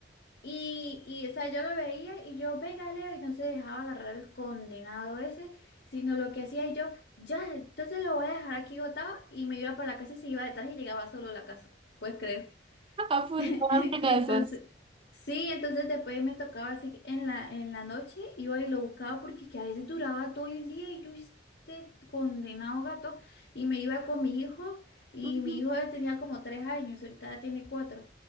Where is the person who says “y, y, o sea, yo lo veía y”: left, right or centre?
Left